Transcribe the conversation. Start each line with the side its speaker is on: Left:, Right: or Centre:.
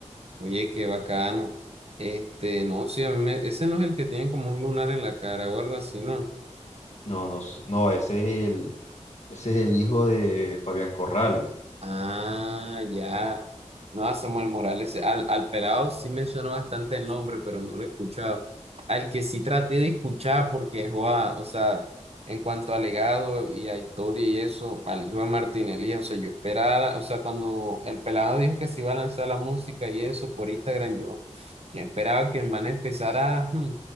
Right: oye, qué bacano. Este, no, sí, a mí me- ese no es el que tiene como un lunar en la cara o algo así, ¿no?
Left: no, no, s- no, ese es el, ese es el hijo de Fabián Corrales.
Right: Ah, ya. No, a Samuel Morales, al, al pelado sí me suena bastante el nombre, pero no lo he escuchado. Al que sí traté de escuchar porque, joa, o sea, en cuanto a legado y a historia y eso, al hijo de Martín Elías, o sea, yo esperaba, o sea, cuando el pelado dijo que se iba a lanzar la música y eso por Instagram, yo, yo esperaba que el man empezara hmm,